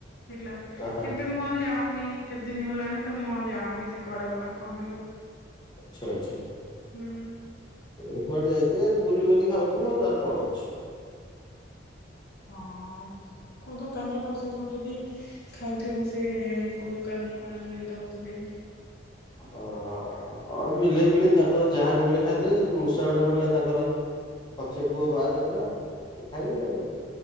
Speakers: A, on the left; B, on the left.
A: ହେଲା
B: ଆହା
A: ଏବେ ମୁଁ ଆଉ ଯାଉନି କେତେ ଦିନ ହେଲାଣି ତ ମୁଁ ଆଉ ଜାଣିନି ସେ କୁଆଡେ ଗଲା କଣ ହେଲା।
B: ଆଛା ଆଚ୍ଛା।
A: ହୁଁ।
B: ଏ କୁଆଡ଼େ ଯାଇଥିବେ ଏଠି ବୁଲି ବାଲି ଖାଉଥିବ ଆଉ ତାର କଣ ଅଛି।
A: ହଁ କୋଉ ଦୋକାନରେ ପସିଥିବ ଯଦି ଠାଉଥିବୁ ସେ କୋଉ ଦୋକାନରୁ କଣ ଯଦି ଦଉଥିବେ।
B: ଓହଅ ଅ ବିଲେଇ ଫିଲେଇ ତାଙ୍କର ଯାହା ପଡ଼ିଲେ ଖାଇଦେବେ ଯଦି ମୂଷା ଗୋଟେ ପଡ଼ିଲା ତାଙ୍କର ପଛେ ପୁଅ ବାର ପୁରା ଏ ଖାଇବେ ଆଉ।